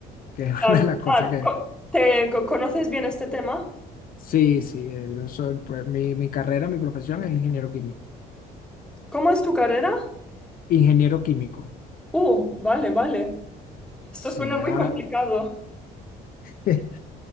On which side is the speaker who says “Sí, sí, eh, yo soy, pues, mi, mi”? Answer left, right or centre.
Left